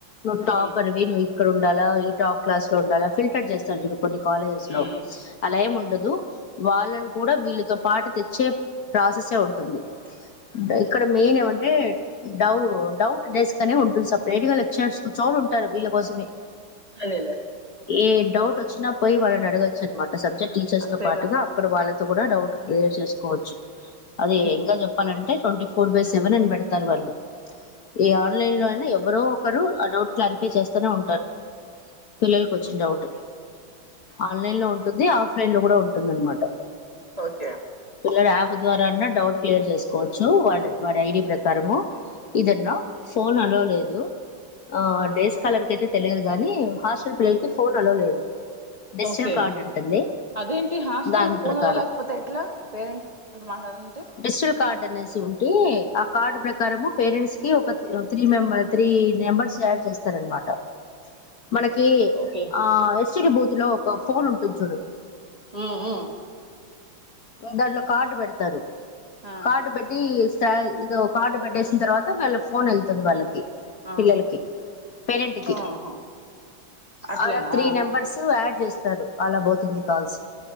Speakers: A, on the left; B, on the right.
A: ను టాపర్
B: ఉమ్
A: వి నువ్వ అక్కడ ఉండాల టాప్ క్లాస్ లో ఉండాల ఫిల్టర్ చేస్తారు చూడు కొన్ని కాలేజెస్ లో
B: ఉమ్
A: అల ఎం ఉండదు వాళ్ళను కూడా వీళ్ళతో పాటు తెచ్చే ప్రాసెసే ఉంటుంది ఇక్కడ మెయిన్ ఏమంటే డౌ డౌట్ డెస్క్ అనే ఉంటుంది సపరేట్ గా లెక్చర్స్ కూర్చుని ఉంటారు వీళ్ళ కోసమే
B: అదే లే
A: ఏ డౌట్ వచ్చినా పోయి వాళ్ళు నిఅడగోచ్చు అన్నమాట ఆ సబ్జెక్ట్ టీచర్స్
B: అంతేగా
A: తో పాటుగా అక్కడ వాళ్ళ కూడా డౌట్ క్లియర్ చేసుకోవచ్చు అదే
B: ఉమ్
A: ఇంక చెప్పలంటే అంట ట్వంటీ ఫోర్ బై సెవెన్ అని పెడతారు వాళ్ళు ఈ ఆన్లైన్ లో అయినా ఎవరో ఒకరు ఆ డౌట్ క్లారిఫై చేస్తనే ఉంటారు పిల్లలలకు వచ్చిన డౌట్ ఆన్లైన్ లో ఉంటుంది ఆఫ్లైన్ లో కూడా ఉంటుంది అనమాట
B: ఓకే
A: వేరే యాప్ ద్వారాన్నా డౌట్ క్లియర్ చేసుకోవచ్చు వాడు వాడి ఐడి ప్రకారము ఇదన్నా ఫోన్ అలోలేదు ఆడేస్ అసలకైతే తెలిదుగాని హాస్టల్ పిల్లలకి ఫోన్ అలో లేదు డిజిటల్
B: ఓకే
A: కార్డు ఉంటుంది
B: అదేంటి హాస్టల్
A: దాని
B: పోనే
A: ప్రకారం
B: లేకపోతే ఎట్లా పేరెంట్స్ మాట్లాడాల
A: డిజిటల్ కార్డ్ ఉంటే ఆ కార్డు ప్రకారము పేరెంట్స్ కి ఒక త్రీ మెం త్రీ నెంబర్స్ యాడ్ చేస్తారన్నమాట మనకి
B: ఓకే
A: ఆ ఎస్టిడి బూ ఇ లో ఒక ఫోన్ ఉంటుంది చూడు
B: ఆ ఆ
A: దాంట్లో కార్డు పెడతారు
B: ఆ
A: కార్డు పెట్టి ఇదో కార్డు పెట్టేసిన తర్వాత మళ్ళ ఫోన్ వెళ్తుంది వాళ్ళకి
B: ఆ
A: పిల్లలకి పేరెంట్కి
B: ఆహా అట్లనా
A: అలా త్రీ నెంబర్స్ యాడ్ చేస్తారు అలా పోతుంది కాల్స్